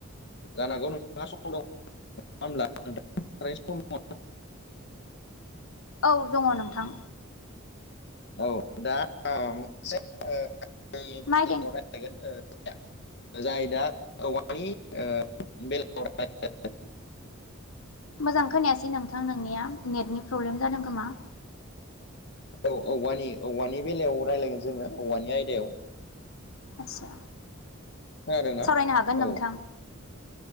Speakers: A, on the left; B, on the left.
A: जानो हागौ नोंथा सम दङ <unintelligible>
B: औ दङ नोंथां
A: औ दा मोनसे <unintelligible>
B: मा आयदानि
A: जाय दा औवानि बेलायाव
B: मोजां खोनायासै नोंथां नोंनिया नेटनि प्रब्लेम जादों खोमा
A: औ औवानि औवानि बेलायाव रायलायगोन जोङो औवानि आयदायाव
B: आतसा।
A: खोनादोंना
B: सावरायनो हागोन नोंथां।
A: औ